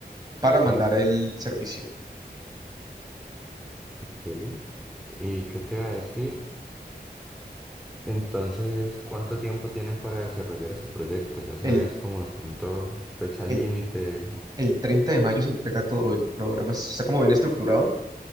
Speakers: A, on the right; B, in the centre.
A: para mandar
B: Ujú.
A: el servicio.
B: Ok. ¿Y qué te iba a decir? Entonces, ¿cuánto tiempo tienen para desarrollar ese proyecto? Ya sabes,
A: El,
B: como de pronto fecha
A: el,
B: límite. o-
A: el 30 de mayo se entrega todo el programa, está como bien estructurado